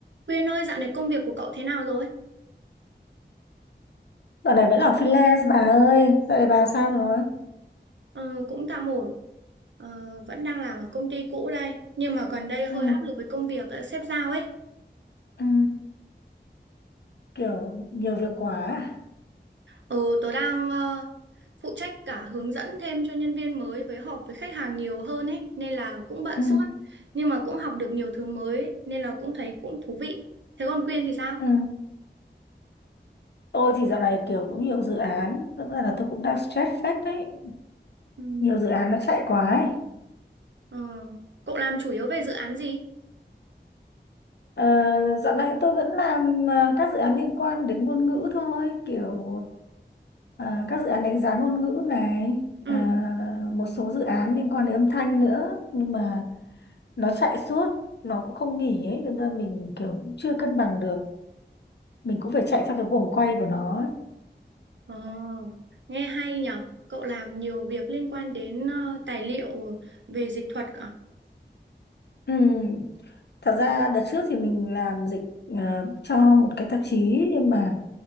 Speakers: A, on the right (about 80°); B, on the left (about 65°).
A: Quyên ơi, dạo này công việc của cậu thế nào rồi?
B: Dạo này vẫn là freelance bà ơi. Dạo này bà sao rồi?
A: Ờ, cũng tạm ổn, ờ, vẫn đang làm ở công ty cũ đây, nhưng mà gần đây hơi
B: Ừ.
A: áp lực với công việc ờ, sếp giao ấy.
B: Ừ. Kiểu nhiều việc quá. à?
A: Ờ, tớ đang ờ, phụ trách cả hướng dẫn thêm cho nhân viên mới với họp với khách hàng nhiều hơn ấy, nên là cũng bận
B: Ừ.
A: suốt, nhưng mà cũng học được nhiều thứ mới, nên là cũng thấy cũng thú vị. Thế còn Quyên thì sao?
B: Ừ. Tôi thì dạo này kiểu cũng nhiều dự án. Thực ra là tôi cũng đang stress phết đấy.
A: Ừ.
B: Nhiều dự án nó chạy quá ấy.
A: Ờ, cậu làm chủ yếu về dự án gì?
B: Ờ, dạo này tôi vẫn làm ờ, các dự án liên quan đến ngôn ngữ thôi. Kiểu ờ, các dự án đánh giá ngôn ngữ này.
A: Ừ.
B: ờ, một số dự án liên quan đến âm thanh nữa. Nhưng mà nó chạy suốt. Nó cũng không nghỉ ấy. Thế Nên mình kiểu chưa cân bằng được mình cũng phải chạy theo cái guồng quay của nó ấy.
A: Ồ, nghe hay nhở. Cậu làm nhiều việc liên quan đến ờ, tài liệu về dịch thuật cả.
B: ừ. thật ra đợt trước thì mình làm dịch ờ, cho một cái tạp chí nhưng mà